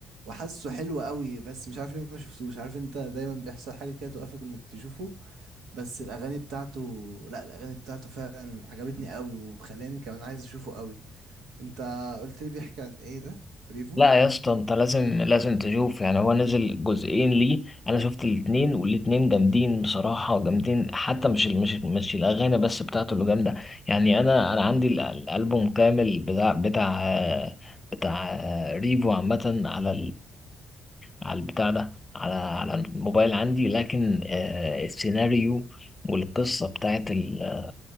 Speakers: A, on the right; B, on the left.
A: وحاسه حلو قوي بس مش عارف ليه ما شفتوش عارف انت دايما بيحصل حاجة كده توقفك انك تشوفه بس الاغاني بتاعته لا الاغاني بتاعته فعلا عجبتني قوي وخلاني كمان عايز اشوفه قوي انت قلت لي بيحكي عن ايه ده بريفو
B: لا يا اسطى انت لازم لازم تشوف يعني هو نزل جزئين ليه انا شفت الاتنين والاتنين جامدين بصراحة جامدين حتى مش مش مش الاغاني بس بتاعته اللي جامدة يعني انا انا عندي ال- الالبوم كامل بتاع بتاع آه، بتاع آه، ريفو عامة على على البتاع ده على على الموبايل عندي لكن آه السيناريو والقصة بتاعت ال-